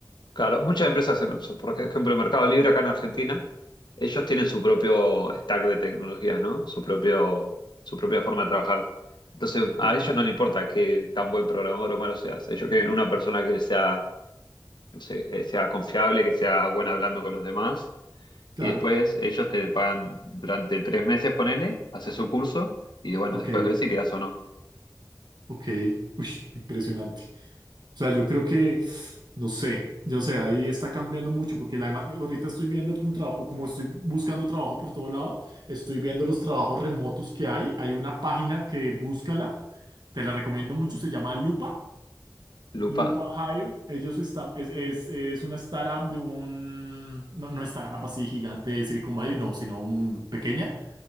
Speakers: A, on the left; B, on the right.
A: Claro, muchas empresas hacen eso. Por ejemplo, el Mercado Libre acá en Argentina, ellos tienen su propio stack de tecnologías, ¿no? Su propio, su propia forma de trabajar. Entonces, a
B: Ok,
A: ellos no les importa qué tan buen programador o malo seas. Ellos quieren una persona que sea, no sé, eh, sea confiable, que sea buena hablando con los demás Y
B: Claro,
A: después ellos te pagan durante tres meses, ponele, haces su curso y bueno,
B: ok.
A: después ves si quedas o no.
B: Ok, uy, impresionante. O sea, yo creo que, no sé, yo sé, ahí está cambiando mucho porque la, ema- ahorita estoy viendo como, trabajo, como estoy buscando trabajo por todo lado, estoy viendo los trabajos remotos que hay. Hay una página que búscala, te la recomiendo mucho, se llama Lupa,
A: Lupa.
B: Lupa Hire. Ellos están, es, es, es una startup de un, no, no startup así gigante de Silicon Valley, no, sino mm, pequeña